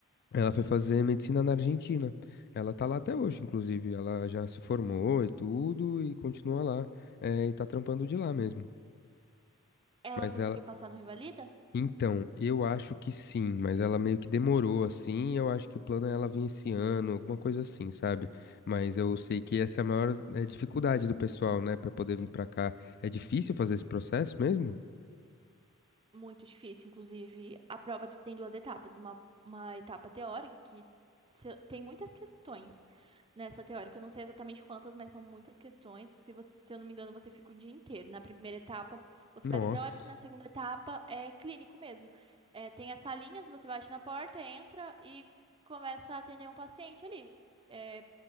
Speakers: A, on the left; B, on the right.
A: ela foi fazer medicina na Argentina. Ela tá lá até hoje, inclusive. Ela já se formou e tudo e continua lá. eh, e tá trampando de lá mesmo.
B: Ela
A: Mas
B: conseguiu
A: ela,
B: passar no Rivalida?
A: Então, eu acho que sim, mas ela meio que demorou assim, e eu acho que o plano é ela vir esse ano, alguma coisa assim, sabe? Mas eu sei que essa é a maior eh, dificuldade do pessoal, né, Pra poder vir pra cá. É difícil fazer esse processo mesmo?
B: Muito difícil, inclusive. A prova tem duas etapas. Uma, uma etapa teórica, que se- tem muitas questões nessa teórica. Eu não sei exatamente quantas, mas são muitas questões. Se você- se eu não me engano, você fica o dia inteiro. Na primeira etapa, você
A: Nossa,
B: faz a teórica, e na segunda etapa é clínico mesmo. É, tem as salinhas, você bate na porta, entra e começa a atender um paciente ali. É,